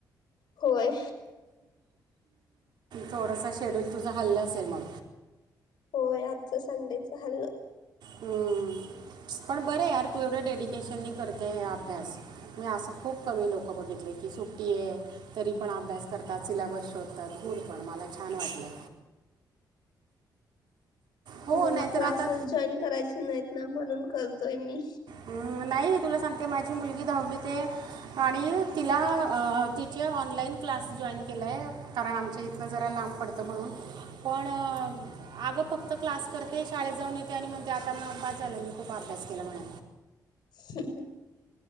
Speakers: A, on the left; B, on the right.
A: होय.
B: थोडस शेड्यूल तुझ हल्ला असेल मग.
A: होय. आजच संडेच हाल्लं.
B: हम्म. पण बरय यार तू एवढ्या डेडी केशने करते हे अभ्यास, मी असं खूप कमी लोकं बघितले की सुट्टीये तरी पण अभ्यास करतात, सिलाबस शोधतात गुड पण मला छान वाटलं. हो
A: मला
B: नाहीतर
A: क्लासेस
B: आता
A: जॉईन करायचे नाहीत ना म्हणून करतोय मी.
B: हम्म. नाही तुला सांगते माझी मुलगी दहावी ते आणि तिला तिचे ऑनलाईन क्लास जॉईन केलाय कारण आमच्या इथनं जरा लांब पडतं म्हणून पण आग फक्त क्लास करते, शाळेत जाऊन येते. आणि म्हणते आता न बास झालं मी खूप अभ्यास केला म्हणे.
A: <inaudible>